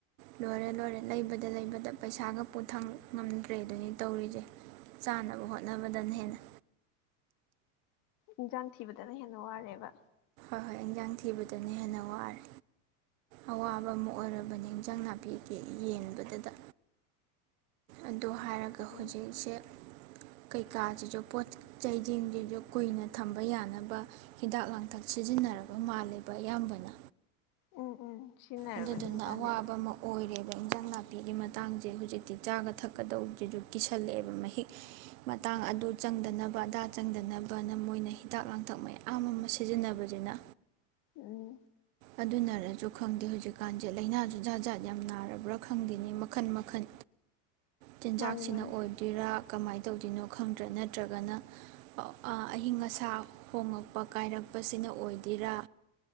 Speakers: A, on the right; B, on the left.
A: ꯂꯣꯏꯔꯦ ꯂꯣꯏꯔꯦ ꯂꯩꯕꯗ ꯂꯩꯕꯗ ꯄꯩꯁꯥꯒ ꯄꯨꯊꯥꯡ ꯉꯝꯗ꯭ꯔꯦ ꯗꯨꯅꯤ ꯇꯧꯔꯤꯖꯦ ꯆꯥꯅꯕ ꯍꯣꯠꯅꯕꯗꯅ ꯍꯦꯟꯅ
B: ꯏꯟꯖꯥꯡ ꯊꯤꯕꯗꯅ ꯍꯦꯟꯅ ꯋꯥꯔꯦꯕ
A: ꯍꯣꯏ ꯍꯣꯏ ꯏꯟꯖꯥꯡ ꯊꯤꯕꯗꯅ ꯍꯦꯟꯅ ꯋꯥꯔꯦ ꯑꯋꯥꯕ ꯑꯃ ꯑꯣꯏꯔꯕꯅꯦ ꯏꯟꯖꯥꯡ ꯅꯥꯄꯤꯒꯤ ꯌꯦꯡꯕꯗꯥꯗ ꯑꯗꯨ ꯍꯥꯏꯔꯒ
B: ꯎꯝ
A: ꯍꯧꯖꯤꯛꯁꯦ ꯀꯩꯀꯥꯁꯤꯁꯨ ꯄꯣꯠ ꯆꯩꯁꯤꯡꯖꯤꯖꯨ ꯀꯨꯏꯅ ꯊꯝꯕ ꯌꯥꯅꯕ ꯍꯤꯗꯥꯛ ꯂꯥꯡ ꯗꯛ ꯁꯤꯖꯤꯟꯅꯔꯕ ꯃꯥꯟꯂꯦꯕꯥ ꯑꯌꯥꯝꯕꯅ
B: ꯎꯝ ꯎꯝ ꯁꯤꯖꯤꯟꯅꯔꯕꯅꯦ
A: ꯑꯗꯨꯗꯨꯅ
B: ꯍꯧꯖꯤꯛꯀꯥꯟꯗꯤ
A: ꯑꯋꯥꯕ ꯑꯃ ꯑꯣꯏꯔꯦ ꯏꯟꯖꯥꯡ ꯅꯥꯄꯤꯒꯤ ꯃꯇꯥꯡꯁꯦ ꯍꯧꯖꯤꯛꯇꯤ ꯆꯥꯒ ꯊꯛꯀꯗꯧꯕꯗꯨꯁꯨ ꯀꯤꯁꯜꯂꯛꯑꯦꯕ ꯃꯍꯤꯛ ꯃꯇꯥꯡ ꯑꯗꯨ ꯆꯪꯗꯅꯕ ꯑꯗꯥ ꯆꯪꯗꯅꯕꯅ ꯃꯣꯏꯅ ꯍꯤꯗꯥꯛ ꯂꯥꯡꯊꯛ ꯃꯌꯥꯝ ꯑꯃ ꯁꯤꯖꯤꯟꯅꯕꯁꯤꯅ
B: ꯎꯝ
A: ꯑꯗꯨꯅꯔꯁꯨ ꯈꯪꯗꯦ ꯍꯧꯖꯤꯛꯀꯥꯟꯁꯦ ꯂꯥꯏꯅꯥꯁꯨ ꯖꯥꯠ ꯖꯥꯠ ꯌꯥꯝ ꯅꯥꯔꯕ꯭ꯔꯥ ꯈꯪꯗꯦꯅꯦ ꯃꯈꯟ ꯃꯈꯟ ꯆꯤꯟꯖꯥꯛꯁꯤꯅ
B: ꯃꯥꯅꯦ ꯃꯥꯅꯦ
A: ꯑꯣꯏꯗꯣꯏꯔꯥ ꯀꯃꯥꯏꯅ ꯇꯧꯗꯣꯏꯅꯣ ꯈꯪꯗ꯭ꯔꯦ ꯅꯠꯇ꯭ꯔꯒꯅ ꯑ ꯑꯏꯤꯡ ꯑꯁꯥ ꯍꯣꯡꯉꯛꯄ ꯀꯥꯏꯔꯛꯄꯁꯤꯅ ꯑꯣꯏꯗꯣꯏꯔꯥ